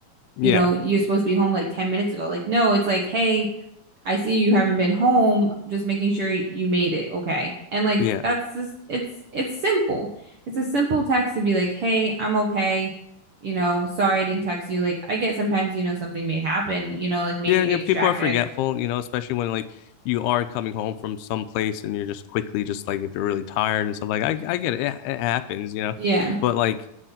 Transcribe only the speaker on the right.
You know, you're supposed to be home like 10 minutes ago. Like, no, it's like, "Hey, I see you haven't been home, just making sure you made it, okay? And like
that's just it's it's simple. It's a simple text to be like, "Hey, I'm okay." You know, sorry I didn't text you. Like I get sometimes, you know, something may happen, you know, like maybe
you
get
distracted.
Yeah.